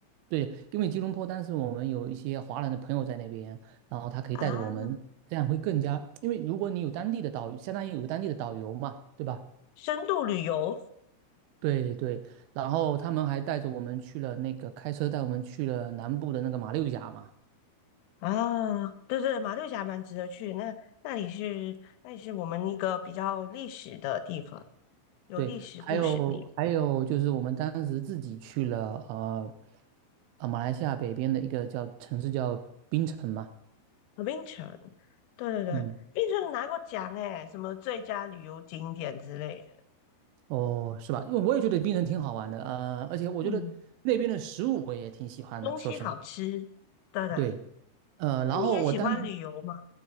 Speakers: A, on the right; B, on the left.
A: 对，因为吉隆坡当时我们有一些华人的朋友在那边，然后他可以带着我们，
B: 啊，
A: 这样会更加，因为如果你有当地的导游，相当于有个当地的导游嘛，对吧？
B: 深度旅游
A: 对对，然后他们还带着我们去了那个开车带我们去了南部的那个马六甲嘛，
B: 啊，对对，马六甲蛮值得去的那那里是那里是我们一个比较历史的地方，有历史故事地。
A: 对，还有还有就是我们当时自己去了呃呃马来西亚北边的一个叫城市叫槟城嘛，
B: 呃槟城，对对对，
A: 嗯，
B: 槟城拿过奖诶，什么最佳旅游景点之类的。
A: 哦是吧？因为我也觉得槟城挺好玩的，呃，而且我觉得那边的食物我也挺喜欢的，
B: 嗯，东西好吃，
A: 说实话，
B: 对对。
A: 对，呃，然后我当时
B: 那你也喜欢旅游吗？